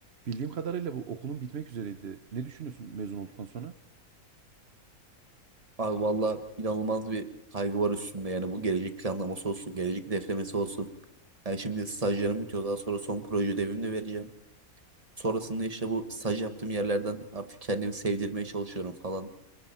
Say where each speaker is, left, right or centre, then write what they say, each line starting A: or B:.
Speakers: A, on the right; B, on the right.
A: Bildiğim kadarıyla bu okulun bitmek üzereydi. Ne düşünüyorsun mezun olduktan sonra?
B: Abi valla inanılmaz bir kaygı var üstünde yani bu gelecek planlaması olsun, gelecek hedeflemesi olsun. Yani şimdi stajlarım bitiyor daha sonra son proje ödevimi de vereceğim. Sonrasında işte bu staj yaptığım yerlerden artık kendimi sevdirmeye çalışıyorum falan.